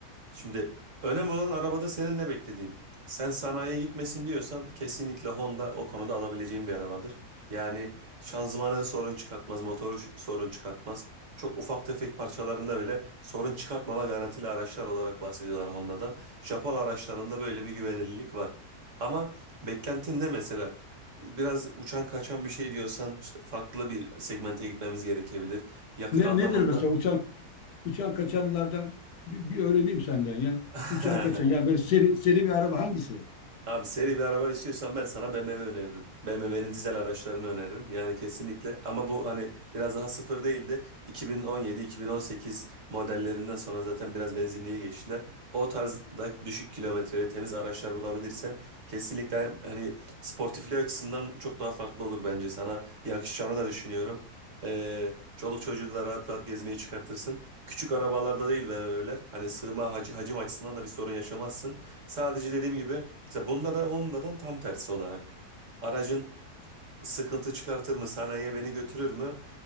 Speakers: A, on the right (about 55°); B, on the left (about 75°).
A: Şimdi önemli olan arabada senin ne beklediğin. Sen sanayiye gitmesin diyorsan kesinlikle Honda o konuda alabileceğin bir arabadır. Yani şanzımanı sorun çıkartmaz, motoru ş- sorun çıkartmaz. Çok ufak tefek parçalarında bile sorun çıkartmama garantili araçlar olarak bahsediyorlar Honda'dan. Japon araçlarında böyle bir güvenilirlik var. Ama beklentin ne mesela? Biraz uçan kaçan bir şey diyorsan işte farklı bir segmente gitmemiz gerekebilir. Yakıt
B: Ne,
A: anlamında
B: nedir mesela uçan Uçan kaçanlardan bir, bir öğreneyim senden Yani
A: <laughs>
B: Uçan kaçan yani böyle seri, seri bir araba hangisi?
A: Abi seri bir araba istiyorsan ben sana BMW öneririm. BMW'nin dizel araçlarını öneririm. Yani kesinlikle ama bu hani biraz daha sıfır değildi. 2017-2018 modellerinden sonra zaten biraz benzinliğe geçtiler. O tarzda düşük kilometreli temiz araçlar bulabilirsen kesinlikle hani sportifliği açısından çok daha farklı olur bence. Sana yakışacağını da düşünüyorum. Ee, çoluk çocuğu da rahat rahat gezmeye çıkartırsın. Küçük arabalarda değil be bebeler. Hani sığma hac- hacim açısından da bir sorun yaşamazsın. Sadece dediğim gibi mesela bunda da Honda'dan tam tersi olarak. Aracın sıkıntı çıkartır mı? Sanayiye beni götürür mü?